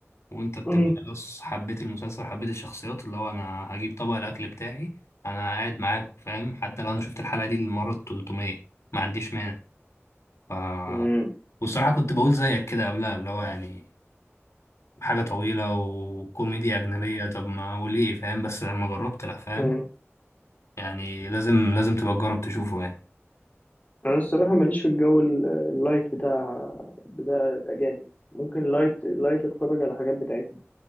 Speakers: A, on the left; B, on the left.
A: وانت بتبقى
B: <clears throat>
A: خلاص حبيت المسلسل حبيت الشخصيات اللي هو انا هجيب طبق الاكل بتاعي انا قاعد معاكم فاهم حتى لو انا شفت الحلقه دي للمره ال 300 ما عنديش مانع ف
B: مم.
A: والصراحه كنت بقول زيك كده قبلها اللي هو يعني حاجه طويله وكوميديا اجنبيه طب ما وليه فاهم بس لما جربت لا فاهم
B: مم.
A: يعني لازم لازم تبقى تجرب تشوفه يعني
B: انا الصراحة ماليش في الجو ال- اللايت بتاع بتاع الاجانب ممكن لايت لايت اتفرج على حاجات بتاعتنا